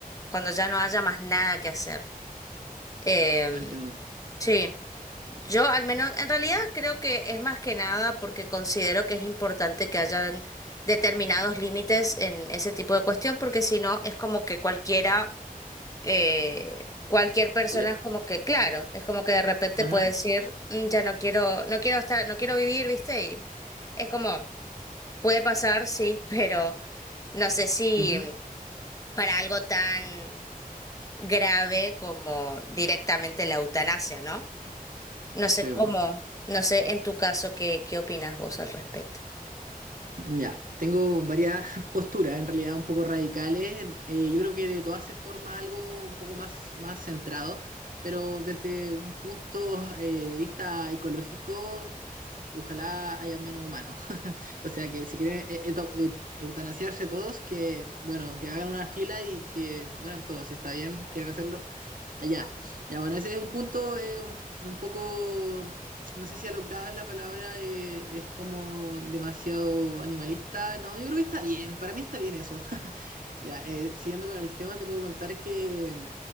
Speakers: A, on the left (about 20°); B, on the right (about 65°).
A: cuando ya no haya más nada que hacer. Em,
B: Te entiendo.
A: sí, yo al menos, en realidad creo que es más que nada porque considero que es importante que hayan determinados límites en ese tipo de cuestión, porque si no es como que cualquiera, eh, cualquier persona
B: Podría.
A: es como que, claro, es como que de repente
B: Ajá.
A: puede decir, "Mm, ya no quiero, no quiero estar, no quiero vivir, ¿viste? Y es como, puede pasar, sí, <laughs> pero no sé si
B: ujú,
A: para algo tan grave como directamente la eutanasia, ¿no? No
B: Sí.
A: sé cómo, no sé en tu caso qué, qué opinas vos al respecto.
B: Ya, tengo varias <laughs> posturas, en realidad un poco radicales. Eh, yo creo que de todas se forma algo un poco más, más centrado, pero desde un punto eh, de vista ecológico, ojalá haya menos humanos. O sea que si quieren eh, eto- eh, eutanasiarse todos, que bueno, que hagan una fila y que mueran todos. Si está bien, quieren hacerlo allá. Ya, bueno, ese es un punto eh, un, un poco, no sé si alocada es la palabra, eh, es como demasiado animalista. No, yo creo que está bien, para mí está bien eso. <laughs> Ya, eh, siguiendo con el tema, te puedo contar que